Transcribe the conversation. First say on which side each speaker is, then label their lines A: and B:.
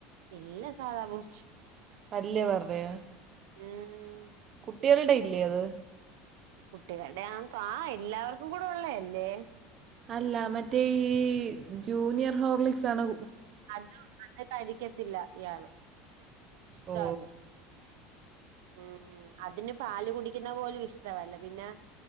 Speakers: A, on the right; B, on the right.
A: ഇല്ല സാധാ ബോസ്റ്റ്
B: പല്ല് പറയാ
A: മം
B: കുട്ടികൾടെ ഇല്ലേ അത്
A: കുട്ടികളുടെ ആ ആ എല്ലാവർക്കും കൂടെ ഉള്ളേല്ലേ
B: അല്ല മറ്റേ ഈ ജൂനിയർ ഹോക്ലിക്സ് ആണോ
A: അത് അത് കഴിക്കത്തില്ല ഇയാള് ഇഷ്ടല്ല
B: ഓ
A: ഉം അതിന് പാല് കുടിക്കുന്ന പോലും ഇഷ്ടമല്ല പിന്നെ